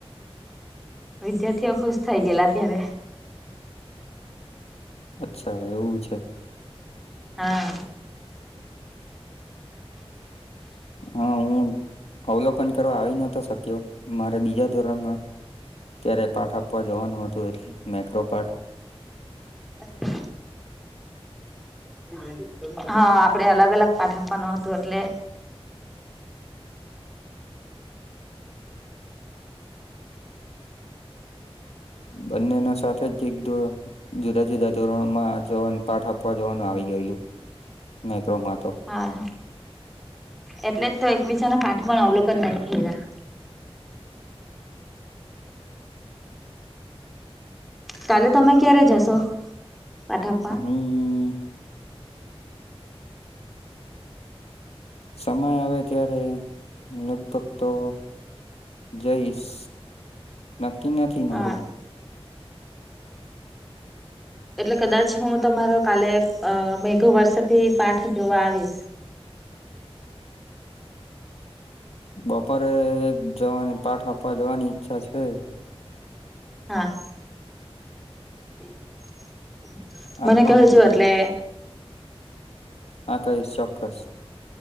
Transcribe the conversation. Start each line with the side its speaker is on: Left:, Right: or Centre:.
Centre: વિદ્યાર્થીઓ ખુશ થઈ ગયેલા અત્યારે
Left: અચ્છા એવું છે.
Centre: હા.
Left: હા હું અવલોકન કરવા આવી નતો શક્યો મારે બીજા ધોરણ માં ત્યારે પાઠ આપવા જવાનું હતું એટલે મેક્રોપાઠ
Centre: <inaudible> <inaudible> હા આપડે અલગ અલગ પાઠ આપવાનો હતું એટલે
Left: બંનેના સાથેજ એક તો જુદા જુદા ધોરણોમાં જવાનું પાઠ આપવા જવાનું આવી ગયેલું માઈક્રોમાં તો.
Centre: હા એટલે જ તો એકબીજાનો પાઠ પણ અવલોકન નહી થએ લા. કાલે તમે ક્યારે જશો? પાઠ આપવા
Left: હું. સમય આવે ત્યારે લગભગ તો જઈશ નક્કી નથી મારું.
Centre: હા
Left: <inaudible>
Centre: એટલે કદાચ હું તમારો કાલે અ મેઘ વર્ષથી પાઠ જોવા આવીશ.
Left: બપોરે જવાની પાઠ આપવા જવાની ઈચ્છા છે.
Centre: હા <inaudible> મને
Left: આઠમાનો
Centre: કહજો એટલે
Left: હા કહીશ ચોક્કસ.